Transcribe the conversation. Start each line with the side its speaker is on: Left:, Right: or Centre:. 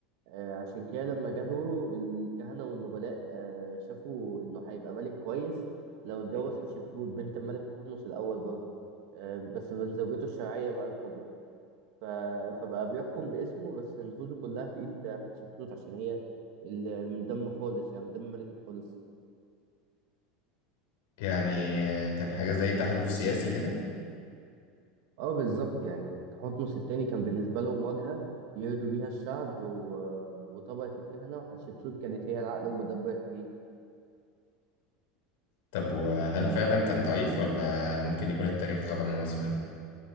Right: آه، عشان كده لما جاله الكهنة والنبلاء آه، شافوا إنه هيبقى ملك كويس لو اتجوز حتشبسوت بنت الملك تحتمس الأول برضه آه، بس من زوجته الشرعية بقى الكبرى ف- فبقى بيحكم باسمه بس نفوذه كلها في إيد حتشبسوت عشان هي ال- من دم خالص يعني من دم ملكي خالص
Left: يعني كان حاجة زي تحالف سياسي كده
Right: اه بالظبط يعني تحتمس التاني كان بالنسبة لهم واجهة يرضوا بيها الشعب و- وطبقة الكهنة وحتشبسوت كانت هي العقل المدبر الحقيقي
Left: طب وهل فعلا كان ضعيف ولا ممكن يكون التاريخ ظلمه مثلا؟